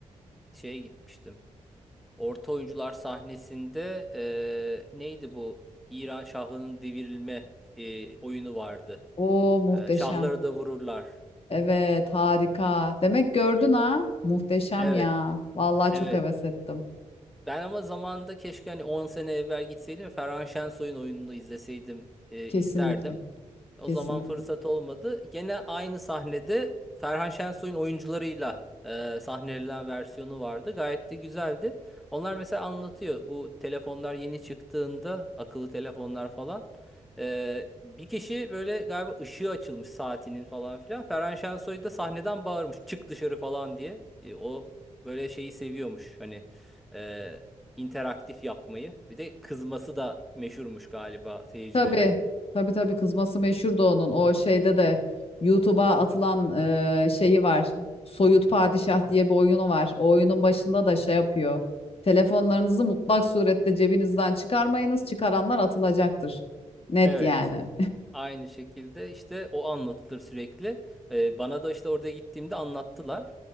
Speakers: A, in the centre; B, on the left (about 45°).
A: e, şeye gitmiştim. Orta oyuncular sahnesinde eee, neydi bu? İran şahının devirilme eee, oyunu vardı.
B: O muhteşem.
A: Eee, şahları da vururlar.
B: Evet, harika. Demek gördün
A: O-
B: ha? Muhteşem
A: evet,
B: ya. Vallahi
A: evet.
B: çok heves ettim.
A: Ben ama zamanında keşke hani 10 sene evvel gitseydim ve Ferhan Şensoy'un oyununu izleseydim eee,
B: Kesinlikle.
A: isterdim. O
B: Kesinlikle.
A: zaman fırsat olmadı. Gene aynı sahnede Ferhan Şensoy'un oyuncularıyla e, sahnelenen versiyonu vardı. Gayet de güzeldi. Onlar mesela anlatıyor. Bu telefonlar yeni çıktığında akıllı telefonlar falan. e, bir kişi böyle galiba ışığı açılmış saatinin falan filan. Ferhan Şensoy da sahneden bağırmış. Çık dışarı falan diye. E, o böyle şeyi seviyormuş. Hani e, interaktif yapmayı. Bir de kızması da meşhurmuş galiba seyircilere.
B: Tabii. Tabii tabii kızması meşhurdu onun. O şeyde de YouTube'a atılan e, şeyi var. Soyut Padişah diye bir oyunu var. O oyunun başında da şey yapıyor. Telefonlarınızı mutlak surette cebinizden çıkarmayınız. Çıkaranlar atılacaktır. Net
A: Evet.
B: yani.
A: Aynı şekilde işte o anlatılır sürekli. Ee, bana da işte orada gittiğimde anlattılar.